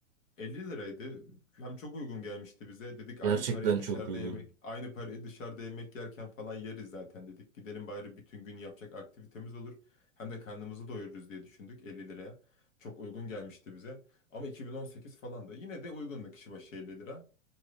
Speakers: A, on the left (about 75°); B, on the right (about 40°).
A: 50 liraydı. Hem çok uygun gelmişti bize. Dedik aynı
B: Gerçekten
A: parayı dışarıda
B: çok uygun.
A: yemek, aynı parayı dışarıda yemek yerken falan yeriz zaten dedik. Gidelim bari bütün gün yapacak aktivitemiz olur. Hem de karnımızı doyururuz diye düşündük 50 liraya. Çok uygun gelmişti bize. Ama 2018 falan da yine de uygundu kişi başı 50 lira.